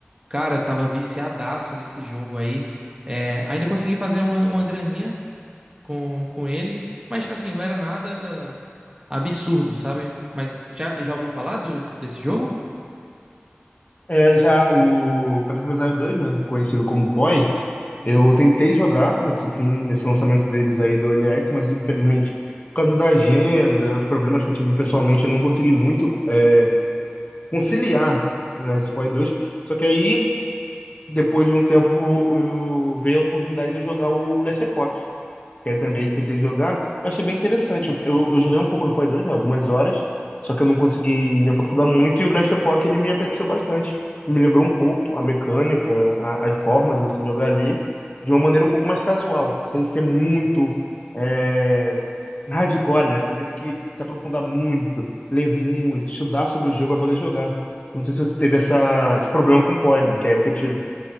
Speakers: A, on the right; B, on the left.
A: Cara, eu tava viciadaço nesse jogo aí. É, ainda consegui fazer uma, uma graninha com, com ele, mas tipo assim, não era nada absurdo, sabe? Mas já, já ouviu falar do, do- desse jogo?
B: É, já o Path of Exile 2, né, conhecido como PoE, Eu tentei jogar nesse fim, nesse lançamento deles aí do LX, mas infelizmente, por causa da agenda, problemas que eu tive pessoalmente, eu não consegui muito é, conciliar, né, esse Play 2. Só que aí, depois de um tempo, eu, eu veio a oportunidade de eu jogar o Last Epoch. Eu também tentei jogar, eu achei bem interessante. Eu, eu, eu joguei um pouco do Play 2, né, algumas horas, só que eu não consegui me aprofundar muito e o Last Epoch ele me apeteceu bastante. Me lembrou um pouco a mecânica, a- as formas de você jogar ali, de uma maneira um pouco mais casual, sem ser muito é, hardcore, né? Tem que ter que se aprofundar muito, ler muito, estudar sobre o jogo para poder jogar. Não sei se você teve essa, esse problema com o Poi, né? Que é o que eu tive.